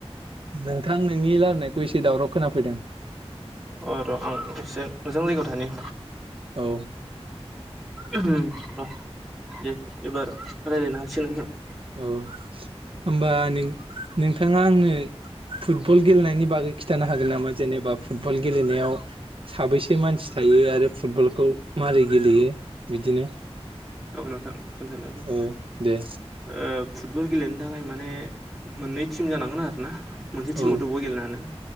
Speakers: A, on the right (about 55°); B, in the centre.
A: नोंथां नोंनि लारायनायखौ एसे दावराव खोनाफैदों
B: औ र' आं एसे मोजां जायगायाव थानि
A: औ
B: ओम ओ दे एबार रायलायनो हासिगोन नोंथां।
A: औ होमबा नों नोंथाङा आंनो फुटबल गेलेनायनि बागै खिन्थानो हागोन नामा जेनेबा फुटबल गेलेनायाव साबैसे मानसि था यो आरो फुटबलखौ मारै गेलेयो बिदिनो
B: औ नोंथां खोन्थानो हागोन
A: औ दे
B: ओ फुटबल गेलेनो थाखाय माने मोननै टिम जानांगोन आरो ना। मोनसे टिमावथ
A: औ
B: अबाव गेलेनो हानो